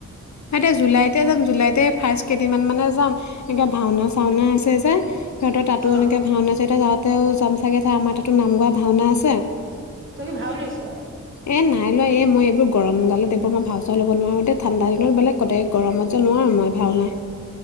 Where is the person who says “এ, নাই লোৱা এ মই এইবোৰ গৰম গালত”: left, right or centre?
Left